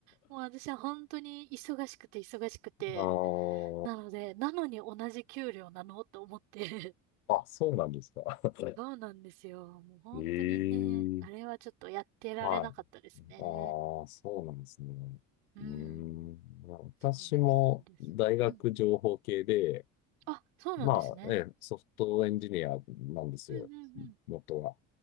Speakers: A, on the right (about 80°); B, on the left (about 85°).
A: もう私は本当に忙しくて忙しくて、
B: あ
A: なので、なのに同じ給料なのと思って
B: あ、あ、そうなんですか。<laughs>
A: そうなんですよ。もう本当にね、
B: ええ
A: あれはちょっとやってられなかったですね。
B: はい。ああ、そうなんですね。
A: うん。
B: うーん。私も大学情報系で、
A: そうです、そうです。うんうん。あ、そうなんですね。
B: まあ、ええ、ソフトエンジニアなんですよ、
A: うんうんうん。
B: 元は。